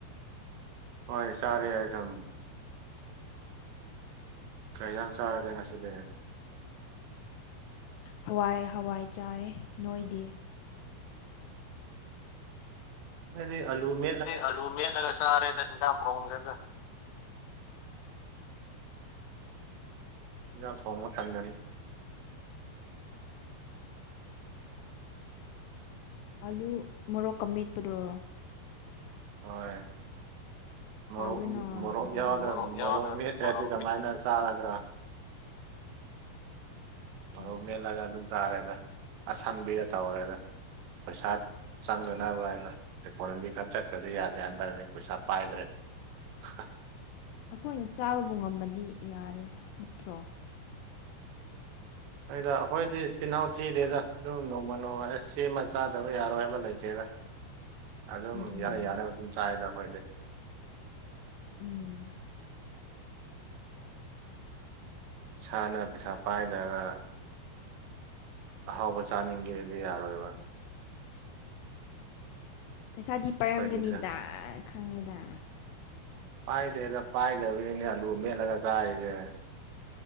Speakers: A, on the right; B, on the left.
A: ꯍꯣꯏ ꯆꯥꯔꯦ ꯑꯩ ꯁꯝ ꯀꯔꯤ ꯍꯦꯟꯖꯥꯡ ꯆꯥꯔꯒꯦ ꯉꯁꯤꯗꯤ
B: ꯍꯋꯥꯏ-ꯍꯋꯥꯏ ꯆꯥꯏ ꯅꯣꯏꯗꯤ
A: ꯑꯩꯗꯤ ꯑꯂꯨꯃꯤ
B: ꯑꯂ ꯨꯃꯦꯠꯂꯒ ꯆꯥꯔꯦꯗꯥ ꯍꯦꯟꯖꯥꯡ ꯐꯣꯡꯗ꯭ꯔꯦꯗ
A: ꯍꯦꯟꯖꯥꯡ ꯊꯣꯡꯕ ꯇꯟꯗꯅ
B: ꯑꯂꯨ ꯃꯣꯔꯣꯛꯀ ꯃꯦꯠꯄꯗꯨꯔꯣ
A: ꯍꯣꯏ ꯃꯣꯔꯣꯛ-ꯃꯣꯔꯣꯛ
B: ꯍꯥꯎꯋꯦꯅ ꯑꯗꯨꯗꯤ
A: ꯌꯥꯎꯗ꯭ꯔ
B: ꯌꯥꯎꯗ꯭ꯔꯕ
A: ꯃꯣꯔꯣꯛ ꯃꯦꯠꯇ꯭ꯔꯗꯤ
B: ꯃꯣꯔꯣꯛ
A: ꯀꯃꯥꯏꯅ
B: ꯃꯦꯠ
A: ꯆꯥꯒꯗ꯭ꯔꯣ ꯃꯔꯣꯡ
B: ꯍꯣꯏ ꯍꯣꯏ
A: ꯃꯦꯜꯂꯒ ꯑꯗꯨꯝ ꯆꯥꯔꯦꯗ ꯑꯁꯝꯕꯤꯗ ꯇꯧꯔꯦꯗ ꯄꯩꯁꯥ ꯆꯪꯗꯅꯕ ꯍꯥꯏꯅ ꯐꯣꯔꯦꯟꯗꯤ ꯈꯔ ꯆꯠ ꯆꯗꯤ ꯌꯥꯗꯦ ꯍꯥꯏꯟ ꯇꯔꯗꯤ ꯄꯩꯁꯥ ꯄꯥꯏꯗ꯭ꯔꯦ <unintelligible>
B: ꯑꯩꯈꯣꯏꯅ ꯆꯥꯕꯕꯨ ꯉꯝꯃꯥꯗꯤ ꯌꯥꯔꯦꯗ ꯅꯠꯇ꯭ꯔꯣ
A: ꯅꯣꯏꯗ ꯑꯩꯈꯣꯏꯗꯤ ꯆꯤꯜꯍꯅꯥꯥꯎ ꯊꯤꯗꯦꯗ ꯑꯗꯨꯝ ꯅꯣꯡꯃ-ꯅꯣꯡꯃ ꯁꯦꯝꯃ ꯆꯥꯗꯕ ꯌꯥꯔꯣꯏ ꯍꯥꯏꯕ ꯂꯩꯇꯦꯗ
B: <inaudible>
A: ꯑꯗꯨꯝ
B: ꯑꯗꯨꯅꯦ
A: ꯌꯥꯅ-ꯌꯥꯅꯕ ꯑꯗꯨꯝ ꯆꯥꯏꯗ ꯑꯩꯈꯣꯏꯗꯤ
B: ꯎꯝ
A: ꯏꯁꯥꯅ ꯄꯩꯁꯥ ꯄꯥꯏꯗ꯭ꯔꯒ ꯑꯍꯥꯎꯕ ꯆꯥꯅꯤꯡꯒꯦꯗꯤ ꯌꯥꯔꯣꯏꯕ
B: ꯄꯩꯁꯥꯗꯤ ꯄꯥꯏꯔꯝꯒꯅꯤꯗ
A: ꯑꯩꯈꯣꯏꯗꯤ
B: ꯈꯪꯉꯦꯗ
A: ꯄꯥꯏꯗꯦꯗ ꯄꯥꯏꯗꯕꯒꯤꯅꯦ ꯑꯂꯨ ꯃꯦꯠꯂꯒ ꯆꯥꯔꯤꯁꯦ